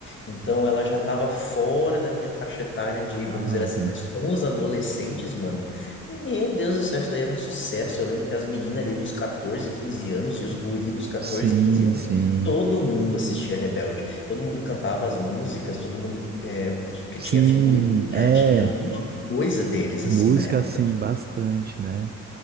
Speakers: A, on the left; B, on the right.
A: Então, ela já estava fora da minha faixa etária de,
B: Ah,
A: vamos dizer assim,
B: sim.
A: mas com os adolescentes, mano, meu Deus do céu, isso daí era um sucesso. Eu lembro que as meninas ali dos 14 15 anos e os guri dos catorze
B: Sim,
A: quinze anos,
B: sim.
A: todo mundo assistia Rebelde. Todo mundo cantava as músicas, todo mundo, é, porque
B: Sim,
A: tinha figurinha,
B: é.
A: tinha um coisa deles,
B: Música,
A: assim, na época.
B: sim, bastante, né?